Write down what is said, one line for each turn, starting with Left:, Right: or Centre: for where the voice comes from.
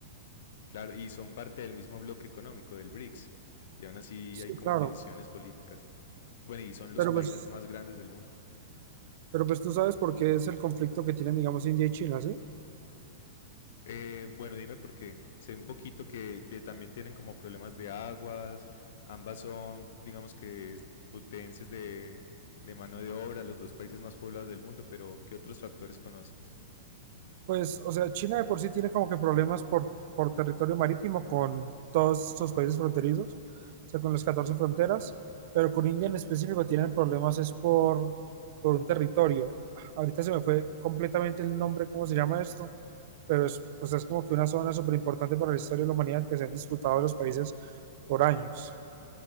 Left: Claro, y son parte del mismo bloque económico del BRICS. Y aún así
Right: Sí,
Left: hay como
Right: claro,
Left: tensiones políticas. Bueno, y son los
Right: pero
Left: países
Right: pues,
Left: más grandes del mundo.
Right: pero pues tú sabes por qué es el conflicto que tienen, digamos, India y China, ¿sí?
Left: Eh, bueno, dime por qué. Sé un poquito que, tie- también tienen como problemas de aguas, ambas son, digamos que, es- potencias de, de mano de obra, los dos países más poblados del mundo, pero ¿qué otros factores conoces?
Right: Pues, o sea, China de por sí tiene como que problemas por, por territorio marítimo con todos sus países fronterizos, o sea, con las 14 fronteras, pero con India en específico tienen problemas es por, por un territorio. Ahorita se me fue completamente el nombre, cómo se llama esto, pero es, o sea, es como que una zona súper importante para la historia de la humanidad que se han disputado los países por años,